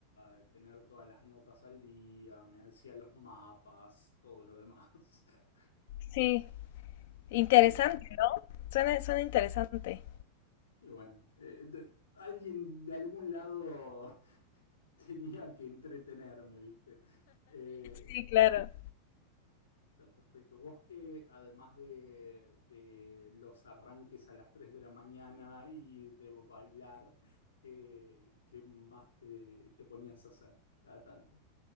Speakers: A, on the left; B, on the left.
A: a tener todas las notas al día, me hacía los mapas, todo lo demás. <laughs>
B: Sí, interesante,
A: Eh,
B: ¿no? Suena, suena interesante.
A: y bueno, eh, de- alguien de algún lado <laughs> tenía que entretenerme, ¿viste? Eh,
B: Sí, claro.
A: está perfecto. Vos que además de, de los arranques a las 3 de la mañana y de bailar, ¿qué, qué más te, te ponías a hacer cada tanto?